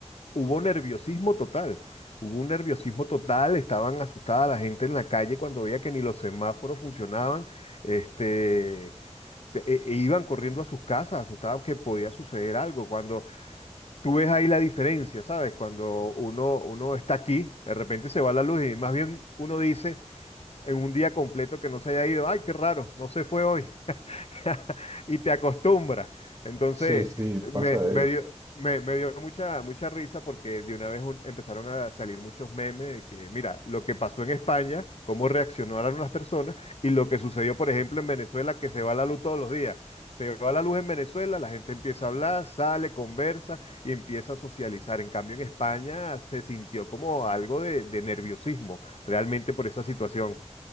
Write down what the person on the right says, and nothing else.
Sí, sí, pasa
eso.